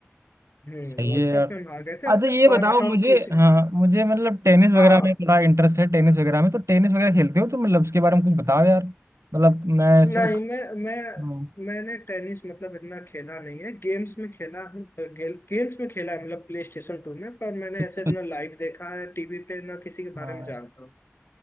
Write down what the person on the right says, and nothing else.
सही
है यार
अच्छा ये बताओ
मुझे
हाँ मुझे मतलब टेनिस वगैरह
में थोड़ा इंटरेस्ट है टेनिस वगैरह में तो टेनिस वगैरह खेलते हो तो मतलब उसके बारे में कुछ बताओ यार मतलब मैं
सो
हाँ
अच्छा
हाँ,